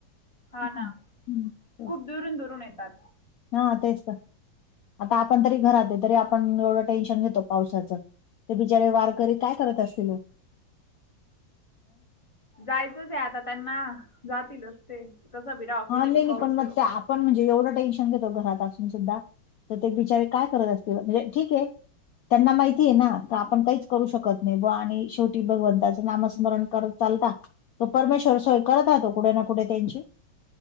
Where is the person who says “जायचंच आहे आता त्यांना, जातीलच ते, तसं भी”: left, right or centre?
Left